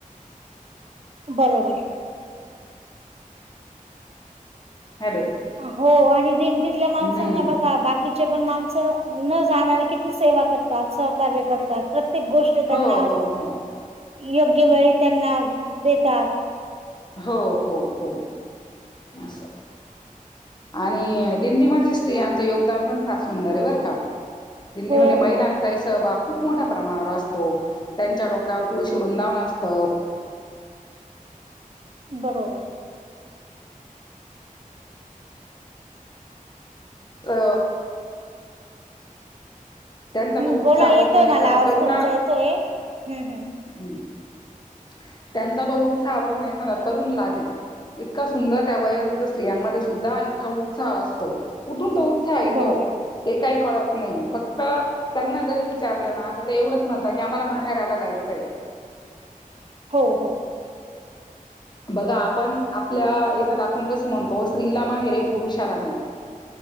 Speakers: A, on the right; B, on the left.
A: बरोबर
B: हॅलो
A: हो आणि दिंडीतल्या माणसांना
B: हम्म
A: बघा बाकी - किती पण माणस न जाणारे किती सेवा करतात सहकार्य - कस हाय प्रत्येक गोष्टी
B: हो
A: त्यांना
B: हो हो
A: - योग्य वेळी त्यांना देतात.
B: हो हो हो असं - आणि दिंडी मधील स्त्रियांच योगदान पण फार सुंदर आहे बर का दिंडीमध्ये
A: हो
B: महिलां
A: हो
B: - सहभाग खूप मोठ्या प्रमाणावर असतो त्यांच्या डोक्यावर तुळशी वुंदावन असतं -
A: बरोबर
B: अ त्यांचा
A: हम्म
B: तो उत्साह
A: बोला येतोय
B: बघून एखादा
A: मला आवाज
B: तरुणा
A: तुमचा येतोय हम्म
B: -
A: हम्म
B: त्यांचा तो उत्साह बघून एखादा तरुण लाजेल - इतका सुंदर त्या वयरुद्ध स्त्रियांमध्ये सुद्धा इतका उत्साह असतो कुठून तो - येतो
A: बरोबर
B: ते काही कळत नाही फक्त त्यांना जरी विचारलं ना ते एवढंच म्हणता की आम्हाला माहेराला जायचंय.
A: हो हो
B: बघा आपण आपल्या याच्यात आपण कसं म्हणतो स्त्रीला माहेरे पुरुषाला नाही.